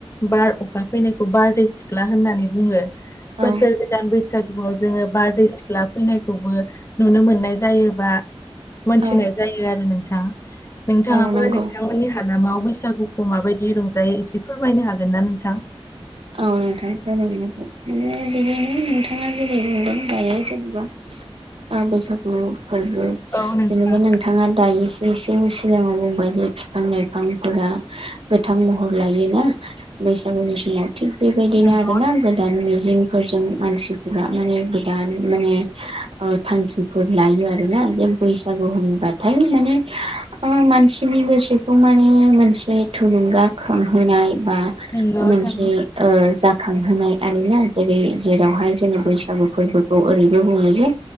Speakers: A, on the left; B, on the right.
A: बार, अखा फैनायखौ बारदै सिख्ला होननानै बुङो
B: औ
A: बोसोरनि गोदान बैसागुआव जोङो बारदै सिख्ला फैनायखौबो नुनो मोननाय जायोबा मोनथिनाय
B: औ
A: जायो आरो नोंथां नोंथाङाबो
B: औ नंगौ
A: नोंथांमोननि हालामाव बैसागुखौ माबायदि दि रंजायो एसे फोरमायनो हागोन ना नोंथां?
B: औ नोंथां रायलाय जागोन माने बिदिनो नोंथाङा जेरै बुंदों दायो जेनेबा ओ बैसागु फोरबो
A: औ नोंथां
B: जेनेबा नों नोंथाङा दायोसो एसे सिगाङाव बुंबायदि बिफां लाइफांफोरा गोथां महर लायोना बैसागुनि समाव थिग बेबायदिनो
A: नंगौ
B: आरोना गोदान मिजिंफोरजों मानसिफोरा माने गोदान माने ओ थांखिफोर लायो आरोना जों बैसागु होनोबाथाय माने ओ मानसिनि गोसोखौ माने मोनसे थुलुंगाखांहोनाय बा
A: नंगौ
B: मोनसे
A: थारैनो
B: ओ जाखांहोनाय आरोना जेरै जेरावहाय जोङो बैसागु फोरबोखौ ओरैबो बुङो जे